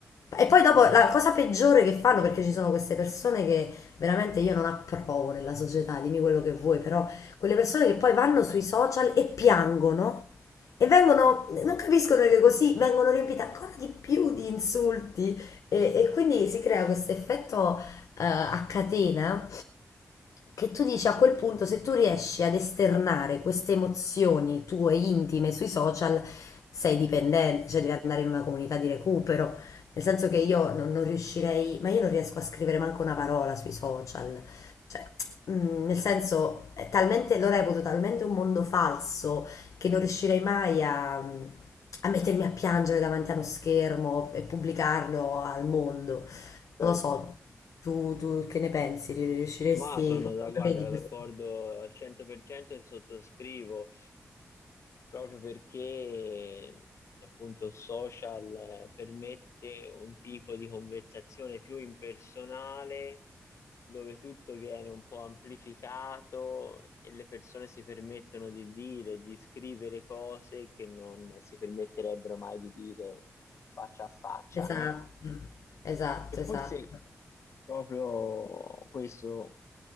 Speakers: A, on the left; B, on the left.
A: e poi dopo la cosa peggiore che fanno, perché ci sono queste persone che veramente io non approvo nella società, dimmi quello che vuoi, però quelle persone che poi vanno sui social e piangono e vengono, non capiscono che così vengono riempite ancora di più di insulti e, e quindi si crea questo effetto eh, a catena che tu dici a quel punto, se tu riesci ad esternare queste emozioni tue intime sui social, sei dipendente, cioè devi andare in una comunità di recupero. Nel senso che io non, non riuscirei, ma io non riesco a scrivere manco una parola sui social. Cioè, mm, nel senso, è talmente, lo reputo talmente un mondo falso che non riuscirei mai a, a mettermi a piangere davanti a uno schermo e pubblicarlo al mondo.
B: certo.
A: Non lo so, tu, tu che ne pensi? Riusciresti
B: Ma sono da, guarda,
A: Vedi questo?
B: d'accordo al 100% e sottoscrivo. proprio perché appunto il social eh, permette un tipo di conversazione più impersonale dove tutto viene un po' amplificato e le persone si permettono di dire, di scrivere cose che non si permetterebbero mai di dire faccia a faccia,
A: Esatto,
B: no?
A: esatto,
B: E forse
A: esatto.
B: proprio questo